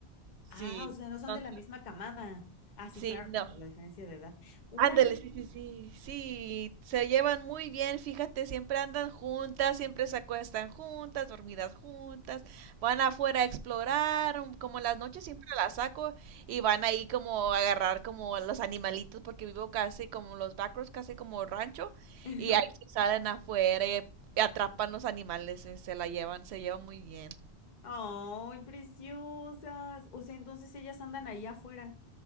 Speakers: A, on the right (about 85°); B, on the left (about 45°).
A: Sí.
B: Ah, o sea,
A: Entonces,
B: no son de la misma camada. Ah, sí,
A: sí,
B: claro,
A: no.
B: pues por la diferencia de edad. ¡Órale!
A: Ándale, sí, sí, sí, sí, se llevan muy bien, fíjate, siempre andan juntas, siempre se acuestan juntas, dormidas juntas, van afuera a explorar, um, como las noches siempre las saco y van ahí como a agarrar como a los animalitos porque vivo casi como los backroads, casi como rancho
B: <laughs>
A: y ahí se salen afuera y, y atrapan los animales, se, se la llevan, se llevan muy bien.
B: ¡Ay, preciosas! O sea, entonces ellas andan ahí afuera.